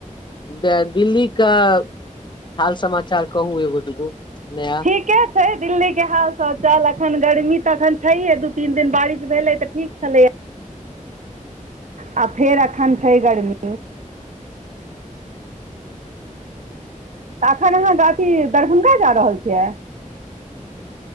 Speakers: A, on the left; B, on the right.
A: दे दिल्ली कऽ हाल समाचार कहु एगो दुगो नया
B: ठीके छय दिल्ली के हाल शौचाल एखन गर्मी तऽ अखन छैहे दू तीन दिन बारिश भेलै तऽ ठीक आ फेर अखन छै गर्मी तऽ अखन आहाँ अथी दरभंगा जा रहल छियै